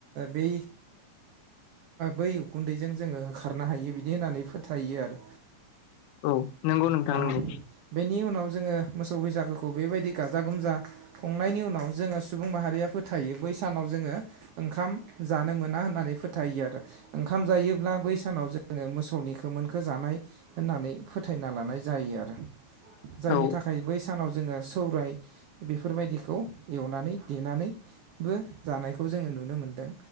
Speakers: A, on the right; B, on the left.
A: बै बै उखुन्दैजों जोङो होखारनो हायो बिदि देनानै फोथायो आरो।
B: औ नंगौ नोंथां
A: आ
B: नंगौ
A: बेनि उनाव जोङो मोसौ बैसागोखौ बेबायदि गाजा गोमजा खुंनायनि उनाव जोङो सुबुं माहारिया फो थायो बै सानाव जोङो ओंखाम जानो मोना होननानै फोथायो आरो ओंखाम जायोब्ला बै सानाव जों जोङो मोसौनि खोमोनखो जानाय होननानै फोथायना जायो आरो जायनि
B: औ
A: थाखाय बै सानाव जोङो सौराय बेफोरबायदिखौ एवनानै देनानैबो जानायखौ जोङो नुनो मोनदों।